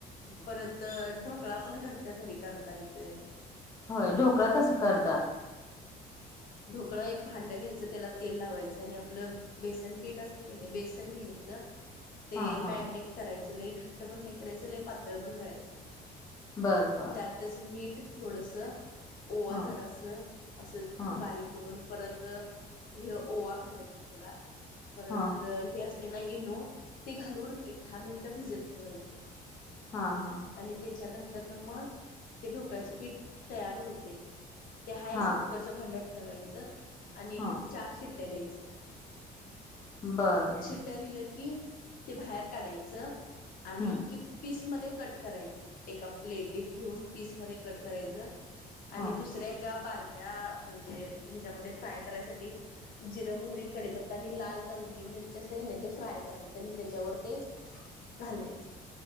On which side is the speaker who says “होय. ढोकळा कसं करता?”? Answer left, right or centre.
Left